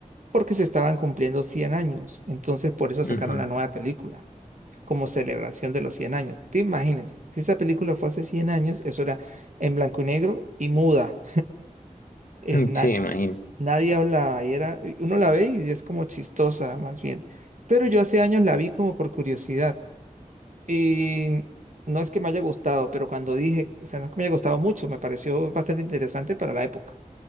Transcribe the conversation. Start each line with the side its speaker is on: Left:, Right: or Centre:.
Right: porque se estaban cumpliendo 100 años. Entonces, por eso sacaron
Left: ujú.
Right: la nueva película, como celebración de los 100 años. Te imagínense, si esa película fue hace 100 años, eso era en blanco y negro y muda. Es
Left: <laughs>
Right: na-
Left: Sí, imagino.
Right: nadie hablaba y era, y uno la ve y es como chistosa, más bien. Pero yo hace años la vi como por curiosidad. Y no es que me haya gustado, pero cuando dije, o sea, no es que me haya gustado mucho, me pareció bastante interesante para la época.